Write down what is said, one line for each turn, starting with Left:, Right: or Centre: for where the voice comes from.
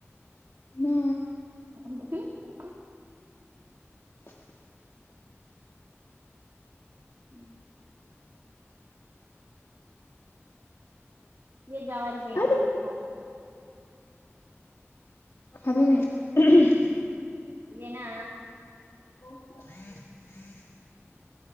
Left: ना
Right: <inaudible>
Left: <inaudible>
Right: हम्म हम्म हे जावायची भेंडी
Left: अरे
Right: पोस खायला
Left: अधूनही
Right: येेना
Left: हम्म हम